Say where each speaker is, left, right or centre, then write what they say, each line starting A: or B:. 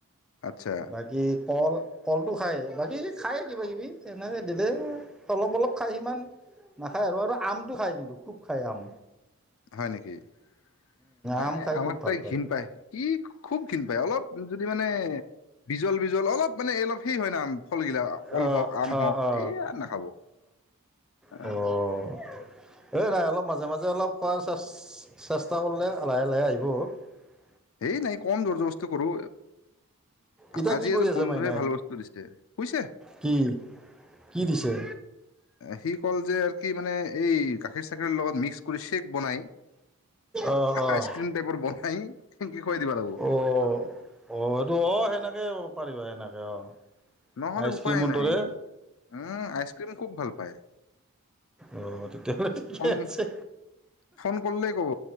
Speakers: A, on the left; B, in the centre.
A: আচ্ছা
B: বাকী কল কলটো খায় বাকী খায়েই কিবাকিবি এনেকৈ দে অলপ অলপ খায় সিমান নাখায় আৰু আৰু আমটো খায় কিন্তু খুব খায় আম।
A: হয় নেকি এ
B: আম খাই
A: আমাৰ
B: খুব ভাল
A: তাই ঘৃণ পায় কি খুব ঘৃণ পায় অলপ যদি মানে বিজল বিজল অলপ মানে অলপ সেই হয় নাম কলগিলাক
B: অ',
A: কল হওক আম
B: অ', অ',
A: হওক এইয়াৰ নাখাব। অ <unintelligible>
B: অ', অ', এই নাই অলপ মাজে মাজে অলপ খোৱাৰে চেষ্টা কৰিলে লাহে লাহে আহিব। হয় <unintelligible>
A: এই নাই কম জৰ জবৰজচটি কৰো,
B: এতিয়া
A: আজি
B: কি কৰি
A: এজন
B: আছে
A: বন্ধুৱে
B: মাইনাই
A: ভাল বস্তু দিছে। শুইছে
B: কি কি দিছে?
A: সি কল যে আৰু কি মানে এই গাখীৰ চ চাক লগত মিক্স কৰি শেক বনাই।
B: অ', অ',
A: আইচক্ৰিম টাইপৰ বনাই। সেনকে খুৱাই দিবা লাগিব
B: অ অ এইটো অ সেনেকে পাৰিবা এনেকে অ
A: নহ'লে
B: আইচক্ৰীমৰ
A: উপায় নাই
B: দৰে
A: উম আইচক্ৰীম খুব ভাল পায়
B: অ', তেতিয়াহ'লে ঠিকে
A: অম
B: আছে
A: ফোন কৰিলেই ক'ব